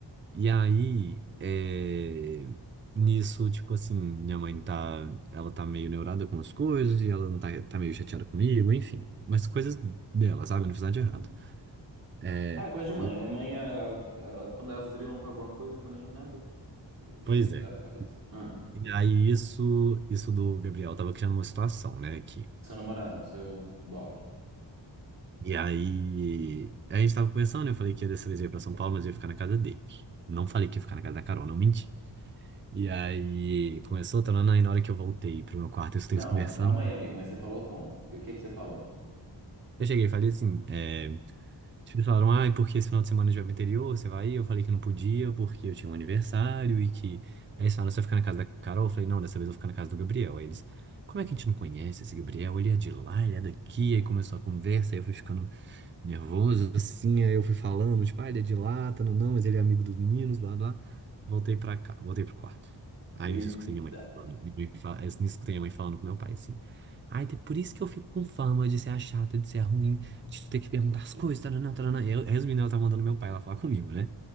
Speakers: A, on the right; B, on the right.
A: E aí, é, nisso, tipo assim, minha mãe tá, ela tá meio neurada com as coisas, e ela não tá, tá meio chateada comigo, enfim. Mas coisas dela, sabe? Eu não fiz nada
B: uhum.
A: de errado. É,
B: Ah, é coisa de mãe,
A: e-
B: né? Mãe, elas- elas- quando elas grilam com alguma coisa, também nada, difícil
A: pois é.
B: tirar da cabeça. Ah,
A: E aí isso, isso do Gabriel tava criando uma situação, né, aqui.
B: seu namorado, seu boy.
A: E aí, a gente tava conversando, eu falei que ia dessa vez eu ia pra São Paulo, mas eu ia ficar na casa dele. Não falei que ia ficar na casa da Carol, não menti. E aí, começou, tanana, e na hora que eu voltei pro meu quarto, eu escutei
B: Não,
A: eles conversando.
B: calma aí, amigo, mas você falou como? O que que você falou?
A: Eu cheguei e falei assim, é, tipo, eles falaram, ah, e porque esse final de semana a gente vai pro interior, você vai ir? Eu falei que não podia, porque eu tinha um aniversário e que... Aí eles falaram, você vai ficar na casa da Carol? Eu falei, não, dessa vez eu vou ficar na casa do Gabriel. Aí eles, como é que a gente não conhece esse Gabriel? Ele é de lá, ele é daqui. Aí começou a conversa, aí eu fui ficando nervoso, assim, aí eu fui falando, tipo, ah, ele é de lá, tá, não, não, mas ele é amigo dos meninos, blá, blá. Voltei pra cá, voltei pro quarto. Aí
B: Eita!
A: nisso eu escutei minha mãe falando, minha mãe fala- aí nisso eu escutei minha mãe falando com meu pai, assim. Ai, é por isso que eu fico com fama de ser a chata, de ser a ruim, de ter que perguntar as coisas, taranã, taranã. Eu, resumindo, ela tava mandando meu pai lá falar comigo, né?